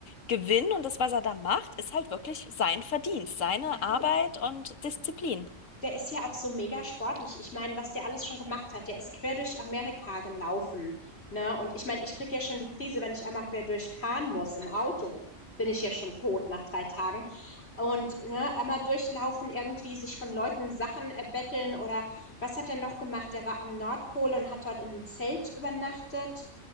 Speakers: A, on the left; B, on the left.
A: Gewinn und das, was er da macht, ist halt wirklich sein Verdienst, seine
B: Ja,
A: Arbeit
B: du,
A: und Disziplin.
B: Der ist ja auch so mega sportlich. Ich meine, was der alles schon gemacht hat. Der ist quer durch Amerika gelaufen, ne? Und ich meine, ich krieg ja schon die Krise, wenn ich einmal quer durchfahren muss im Auto. Bin ich ja schon tot nach drei Tagen. Und ne, einmal durchlaufen, irgendwie sich von Leuten Sachen erbetteln oder was hat er noch gemacht? Der war am Nordpol und hat dort in einem Zelt übernachtet.